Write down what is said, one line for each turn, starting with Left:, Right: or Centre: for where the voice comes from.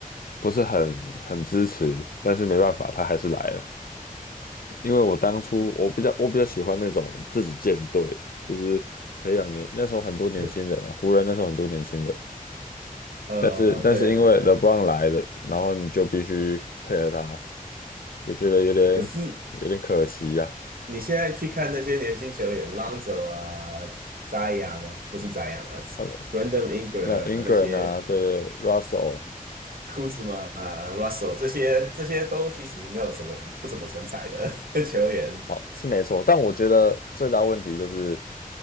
Left: 不是很很支持，但是没办法，他还是来了，因为我当初我比较我比较喜欢那种自己建队，就是培养年那时候很多年轻人啊，
Right: <laughs>
Left: 湖人那时候很多年轻人。
Right: 呃，
Left: 但是但是因为
Right: 对对对啊
Left: LeBron 来了，然后你就必须配合他，就觉得有点
Right: 可是
Left: 有点可惜呀、
Right: 你现在去看那些年轻球员，浪走啊、扎养啊，不是扎养啊
Left: 啊呃
Right: ，Brandon Ingram
Left: 那 Ingram
Right: 啊那些，
Left: 啊，对对，Russell，
Right: 库兹马啊、Russell 这些，这些都其实没有什么不怎么成才的 <laughs> 球员。
Left: 好是没错，但我觉得最大问题就是